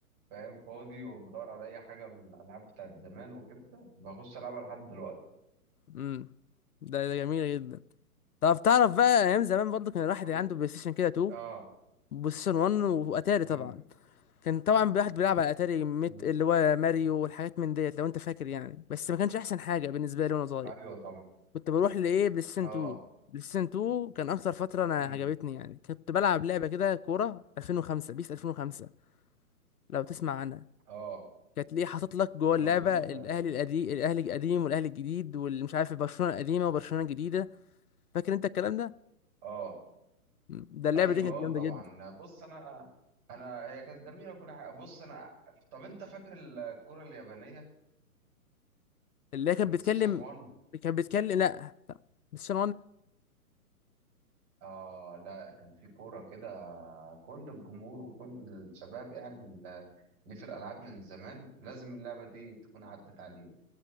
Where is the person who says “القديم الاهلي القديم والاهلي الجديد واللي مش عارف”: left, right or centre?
Left